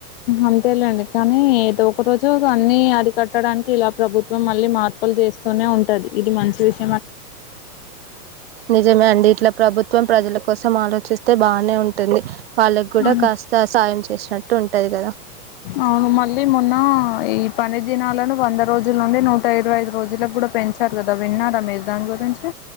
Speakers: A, on the left (about 35°); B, on the right (about 40°).
A: అంతేలేండి కానీ ఏదో ఒక రోజు అన్ని అరికట్టడానికి ఇలా ప్రభుత్వం మళ్ళీ మార్పులు చేస్తూనే ఉంటది ఇది మంచి విష్
B: నిజమే అండి ఇట్లా ప్రభుత్వం ప్రజల కోసం ఆలోచిస్తే బానే ఉంటుంది వాళ్ళక్కూడా
A: మన
B: కాస్త సాయం చేసినట్టు ఉంటది కదా
A: అవును మళ్ళీ మొన్న ఈ పని దినాలను వంద రోజుల నుండి నూట ఇరవై ఐదు రోజులకు కూడా పెంచారు కదా విన్నారా మీరు దాని గురించి